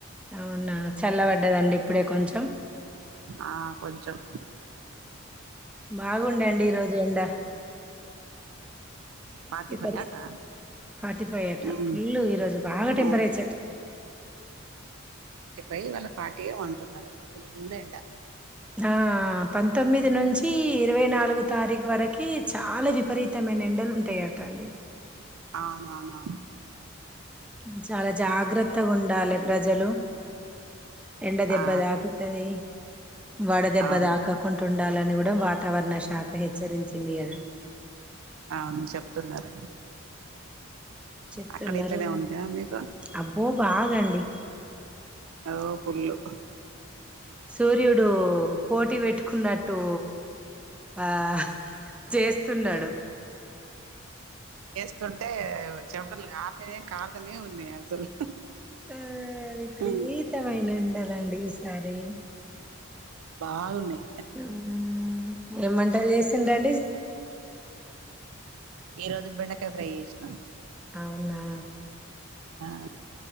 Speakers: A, in the centre; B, on the right.
A: అవునా చల్లబడ్డదండి ఇప్పుడే కొంచెం
B: ఆ కొంచం
A: బాగుండండి ఈరోోజు ఎండ
B: ఫార్టీ
A: ఇపరి
B: ఫైవ్ అట
A: ఫార్టీ ఫైవ్ అట
B: ఉమ్
A: ఫుల్ ఈరోోజు బాగా టెంపరేచర్
B: ఉమ్ రయ్ వాళ్ళు ఫార్టీ ఏమో అంటున్నారు ఫుల్లు ఎండ
A: హా పంతొమ్మిది నుంచి ఇరవై నాలుగు తారీఖు వరకి చాలా విపరీతమైన ఎండాలుంటయ టండి
B: ఆవ్నవ్నవ్నూ
A: మ్మ్ చాల జాగ్రత్తగుండాలే ప్రజలు ఎండ దెబ్బ
B: ఆ
A: దాకుతది వడ దెబ్బ
B: అవును
A: దాకకుంటుండాలని గుడ్ డం వాతావరణ శాఖ హెచ్చరించింది గదా
B: అవును చెప్తున్నారు
A: చెప్తున్నారు
B: అక్కడ ఇట్లనే ఉందా మీకు
A: అబ్బో బాగండ్ డి
B: అగో ఫుల్లు
A: సూర్యుడు పోటీ పెట్టుకున్నట్టు ఆ చేస్తున్నాడు
B: స్తుంటే వచ్చినప్ అసలు గార్టనే కార్తనే ఉంది అసలు
A: ఆ విపరీతమైన
B: మ్మ్
A: ఎండలండి ఈసారి
B: బాగున్నయ్
A: ఆ ఏం వంటల్ చేసిండ్రండీ
B: ఈ రోజు బెండకాయ ఫ్రై చేసిన
A: అవునా
B: ఆ